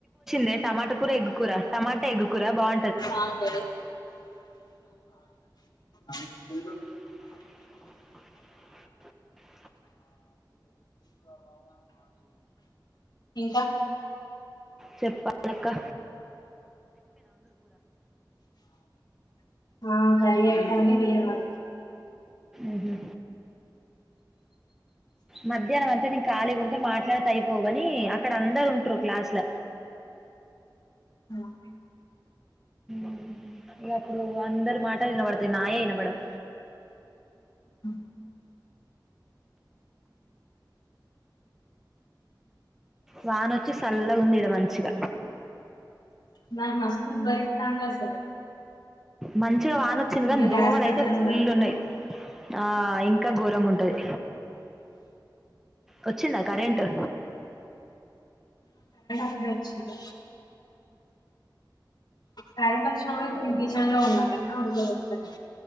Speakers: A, in the centre; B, on the left.
A: దె టమాట కూర ఎగ్గు కూర టమాటా ఎగ్గు కూర బాగు
B: బ్లాంక్ <inaudible>
A: బ్లాంక్
B: ఇంకా
A: చెప్పాలి ఇంకా
B: ఆ కరీఅయితాంది వేరే వాళ్ళు
A: ఉహు మధ్యాహ్నం అంతా నేను ఖాళీగ ఉంట మాట్లాడితె అయిపోవుగాని అక్కడ అందరు ఉంట్రూ క్లాస్ల
B: బ్లాంక్
A: ఉమ్ ఇగప్పుడు అందరు మాటలు ఇనపడతయి నాయే ఇనబడవు
B: బ్లాంక్
A: వానొచ్చి సల్లగుంది ఇడ మంచిగ
B: నాకు మస్తుఉబ్బరిత్తాంది అసలు
A: మంచిగా వానొచ్చింది
B: ఇంకా
A: కానీ దోమలు
B: గ్యాస్ దగ్గర
A: అయితే
B: ఉన్నా
A: ఫుల్
B: కదా
A: ఉన్నాయి ఆ ఇంకా ఘోరంగుంటది వచ్చిందా కరెంటు
B: ఇప్పుడే వచ్చింది కరెంట్ వచ్చిన కూడ కిచెన్ లో ఉన్న నేను ఆవ గుడ వస్తది